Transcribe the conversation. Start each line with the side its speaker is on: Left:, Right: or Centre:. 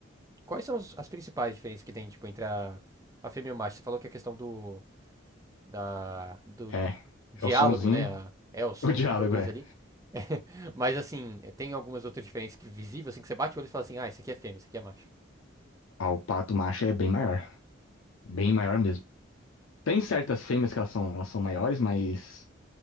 Right: Quais são os- as principais diferenças que tem, tipo, entre a, a fêmea e o macho? Você falou que a questão do, da, do
Left: É,
Right: diálogo,
Left: é o sonzinho,
Right: né? a- é
Left: <laughs>
Right: o som
Left: o diálogo
Right: que ele produz
Left: é.
Right: ali. <laughs> Mas assim, tem algumas outras diferenças que visível, assim, que você bate o olho e fala assim, ah, esse aqui é fêmea, esse aqui é macho.
Left: Ah, o pato macho é bem maior, bem maior mesmo. Tem certas fêmeas que elas são, elas são maiores, mas